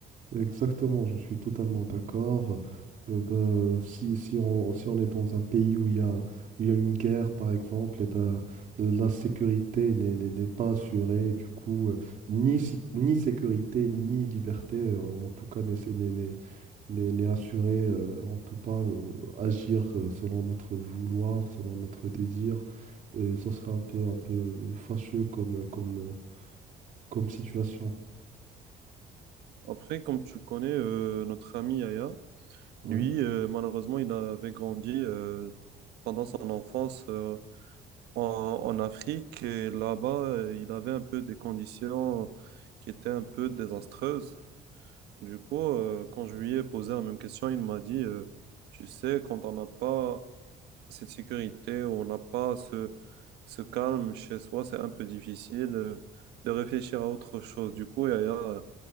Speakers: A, on the right (about 50°); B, on the right (about 80°).
A: Exactement, je suis totalement d'accord. Euh, ben, si, si on, si on est dans un pays où il y a, où il y a une guerre, par exemple, et ben, euh, la sécurité n'est n'est- n'est pas assurée. Du coup, euh, ni, si- ni sécurité, ni liberté, euh, en tout cas, n'est n'est- n'est- n'est- n'est assurée. euh, on ne peut pas euh, agir euh, selon notre vouloir, selon notre désir. Et ce serait un peu, un peu fâcheux comme, comme, comme situation.
B: Après, comme tu connais euh, notre ami Aya,
A: Ouais.
B: Lui, euh, malheureusement, il avait grandi euh, pendant son enfance euh, en, en Afrique et là-bas, euh, il avait un peu des conditions qui étaient un peu désastreuses. Du coup, euh, quand je lui ai posé la même question, il m'a dit, euh, tu sais, quand on n'a pas cette sécurité, on n'a pas ce, ce calme chez soi, c'est un peu difficile euh, de réfléchir à autre chose. Du coup, Yaya